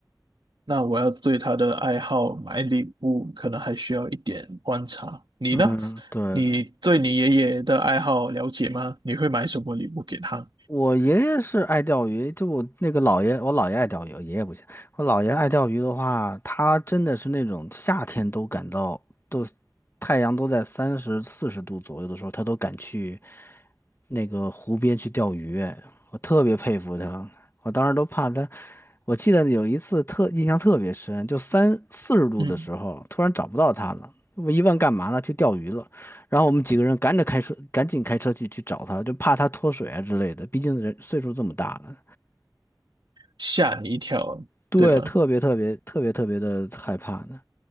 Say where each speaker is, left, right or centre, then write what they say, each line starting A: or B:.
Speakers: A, on the right; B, on the left.
A: 那我要对他的爱好买礼物，可能还需要一点观察。你呢？
B: 嗯，对。
A: 你对你爷爷的爱好了解吗？你会买什么礼物给他？
B: 我爷爷是爱钓鱼，就我那个姥爷，我姥爷爱钓鱼，我爷爷不行。我姥爷爱钓鱼的话，他真的是那种夏天都感到都太阳都在三十四十度左右的时候，他都敢去那个湖边去钓鱼，我特别佩服他。我当时都怕他，我记得有一次特印象特别深，就三四十度的时候，
A: 嗯，
B: 突然找不到他了，我一问干嘛呢？去钓鱼了。然后我们几个人赶着开车，赶紧开车去去找他，就怕他脱水啊之类的。毕竟人岁数这么大了，
A: 吓你一跳，
B: 对，
A: 对吧？
B: 特别特别特别特别的害怕呢。